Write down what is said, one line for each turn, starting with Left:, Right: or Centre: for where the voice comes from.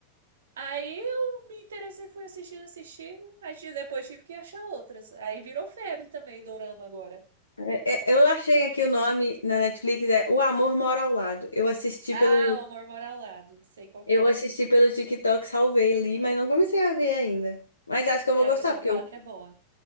Right: Aí eu me interessei, fui assistindo, assistindo. Aí ti- depois tive que achar outras. Aí virou febre também, Dorama agora.
Left: é- é- Eu achei
Right: Depois
Left: aqui
Right: disso.
Left: o nome na Netflix, é O Amor Mora ao Lado. Eu assisti
Right: Ah,
Left: pelo.
Right: O Amor Mora ao Lado. Sei qual que
Left: Eu
Right: é.
Left: assisti pelo TikTok, salvei ali, mas não comecei a ver ainda. Mas acho que eu
Right: Aí
Left: vou gostar,
Right: o pessoal
Left: porque
Right: fala
Left: eu
Right: que é boa.